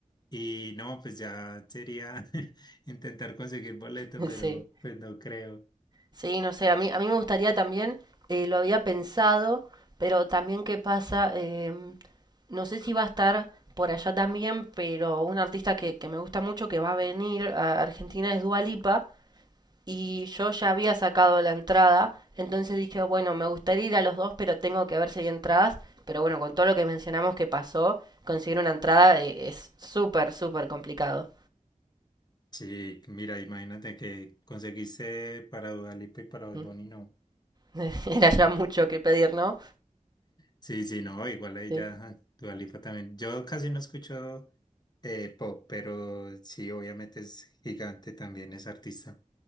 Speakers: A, on the left; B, on the right.
A: Y no, pues ya sería <laughs> intentar conseguir boleto,
B: <laughs>
A: pero
B: sí.
A: pues no creo.
B: Sí, no sé, a mí, a mí me gustaría también, eh, lo había pensado, pero también qué pasa, em, no sé si va a estar por allá también, pero un artista que, que me gusta mucho que va a venir a Argentina es Dua Lipa y yo ya había sacado la entrada, entonces dije, bueno, me gustaría ir a los dos, pero tengo que ver si hay entradas, pero bueno, con todo lo que mencionamos que pasó, conseguir una entrada eh, es súper, súper complicado.
A: Sí, mira, imagínate que conseguiste para Dua Lipa y para Bad
B: ¿Mm?
A: Bunny, no.
B: <laughs> Era ya mucho que pedir, ¿no?
A: Sí, sí, no, igual ahí
B: Sí.
A: ya ajá, Dua Lipa también. Yo casi no escucho eh, pop, pero sí, obviamente es gigante también, es artista.